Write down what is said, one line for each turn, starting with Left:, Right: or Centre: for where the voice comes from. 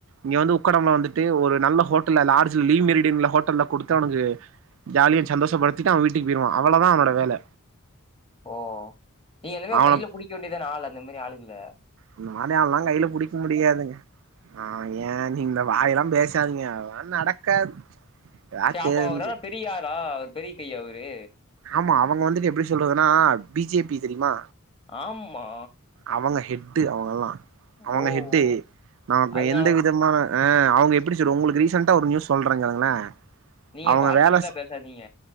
Right: இங்க வந்து உக்கடம்ல வந்துட்டு ஒரு நல்ல ஹோட்டல்ல லார்ஜ் லீவ் மெரிடின் உள்ள ஹோட்டல்ல குடுத்து அவனுக்கு ஜாலியா சந்தோஷப்படுத்திட்டு அவெ வீட்டுக்கு போய்ருவா அவளதா அவனோட வேல
Left: ஓ நீங்க அந்த மாரி
Right: அவன
Left: கைல புடிக்க வேண்டியதான ஆள் அந்த மாரி ஆளுங்கல
Right: இந்த மாரி ஆள்லா கைல புடிக்க முடியாதுங்க ஆ ஏ நீ இந்த வாயெல்லா பேஸ் சாதீங்க அதெல்லா நடக்காது எதா
Left: சேப்பா
Right: தெரிஞ்சு
Left: அவரா பெரியாரா அவரு கையா அவரு
Right: ஆமா அவுங்க வந்துட்டு எப்டி சொல்றதுன்னா பி ஜே பி தெரியுமா
Left: ஆமா
Right: அவுங்க ஹெட்டு அவுங்கல்லா
Left: ஓ
Right: அவுங்க ஹெட்டு
Left: ஓ
Right: நமக்கு
Left: அதனாலதான்
Right: எந்த விதமான ஆ அவுங்க எப்டி சொல்றது உங்களுக்கு ரீசண்டா ஒரு நியூஸ் சொல்றே கேளுங்களே
Left: நீங்க
Right: அவங்க
Left: பாலிடிக்ஸ்லா
Right: வேல
Left: பேசாதீங்க